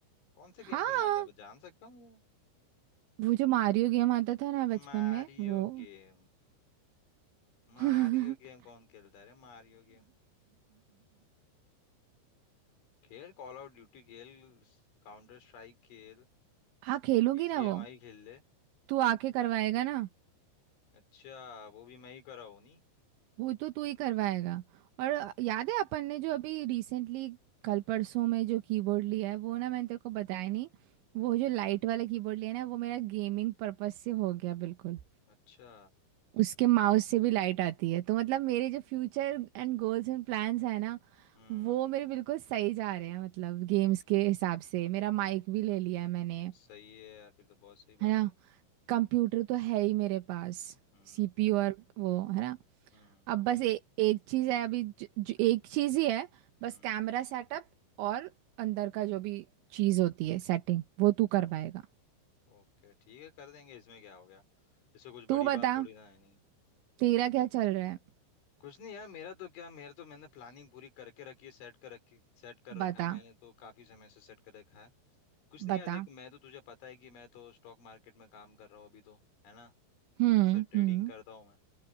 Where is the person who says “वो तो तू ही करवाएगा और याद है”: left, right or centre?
Right